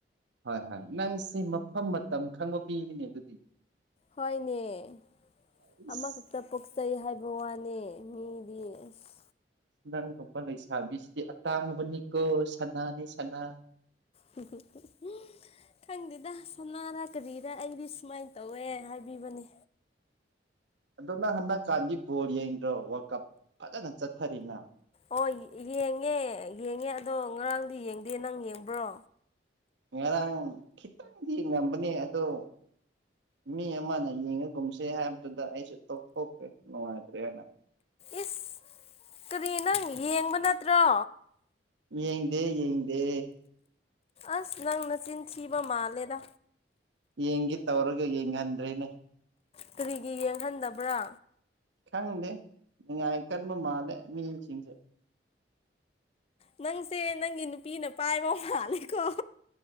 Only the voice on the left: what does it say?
ꯍꯣꯏꯅꯦ
ꯑꯃꯈꯛꯇ ꯄꯣꯛꯆꯩ ꯍꯥꯏꯕ ꯋꯥꯅꯦ ꯃꯤꯗꯤ ꯑꯁ
<unintelligible> ꯈꯪꯗꯦꯗ ꯁꯅꯥꯔ ꯀꯔꯤꯔ ꯑꯩꯗꯤ ꯁꯨꯃꯥꯏꯅ ꯇꯧꯋꯦ ꯍꯥꯏꯕꯤꯕꯅꯤ
ꯑꯣ ꯌꯦꯡꯉꯦ ꯌꯦꯡꯉꯦ ꯑꯗꯣ ꯉꯔꯥꯡꯗꯤ ꯌꯦꯡꯗꯦ ꯅꯪ ꯌꯦꯡꯕ꯭ꯔꯣ
ꯏꯁ ꯀꯔꯤ ꯅꯪ ꯌꯦꯡꯕ ꯅꯠꯇ꯭ꯔꯣ
ꯑꯁ ꯅꯪꯅꯆꯤꯟ ꯊꯤꯕ ꯃꯥꯜꯂꯦꯗ
ꯀꯔꯤꯒꯤ ꯌꯦꯡꯍꯟꯗꯕ꯭ꯔꯥ
ꯅꯪꯁꯦ ꯅꯪꯒꯤ ꯅꯨꯄꯤꯅ ꯄꯥꯏꯕ ꯃꯥꯜꯂꯦꯀꯣ